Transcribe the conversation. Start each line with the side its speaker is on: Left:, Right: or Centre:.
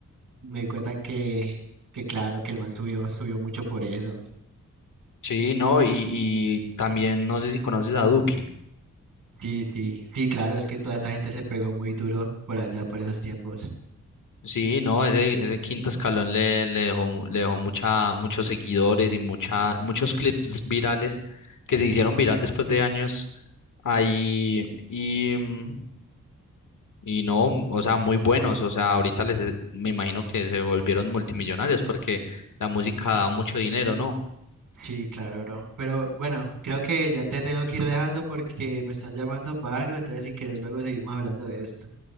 Right: Me di cuenta que, que claro, que el man subió, subió mucho por eso.
Left: Sí, no, y, y también no sé si conoces a Duki.
Right: Sí, sí, sí, claro, es que toda esa gente se pegó muy duro por allá, por esos tiempos.
Left: Sí, no, ese, ese quinto escalón le, le dejó, mu- le dejó mucha, muchos seguidores y mucha, muchos clips virales que se hicieron viral después de años ahí y, mm, y no, mm, o sea, muy buenos, o sea, ahorita les es- me imagino que se volvieron multimillonarios porque la música da mucho dinero, ¿no?
Right: Sí, claro, bro. Pero bueno, creo que ya te tengo que ir dejando porque me están llamando para algo, entonces si quieres luego seguimos hablando de esto.